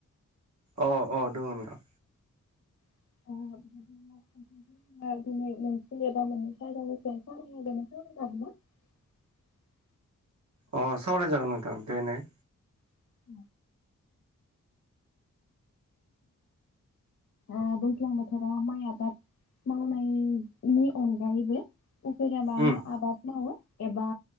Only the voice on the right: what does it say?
अ अ दङ नोंथां।
अ सावराय जागोन नोंथां देनाय।
उम